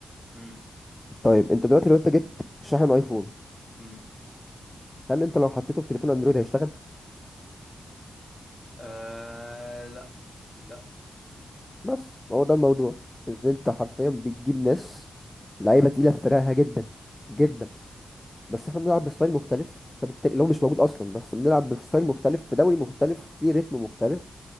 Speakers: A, on the left (about 35°); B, on the left (about 15°).
A: امم
B: طيب انت دلوقتي لو انت جبت شاحن ايفون
A: امم
B: هل انت لو حطيته في تليفون اندرويد هيشتغل
A: آه لا اكيد لا
B: بس هو ده الموضوع ان انت حرفيا بتجيب ناس لعيبه تقيله في فرقها جدا جدا
A: امم
B: بس احنا بنلعب بستايل مختلف فبالتالي اللي هو مش موجود اصلا بس بنلعب بستايل مختلف في دوري مختلف في رتم مختلف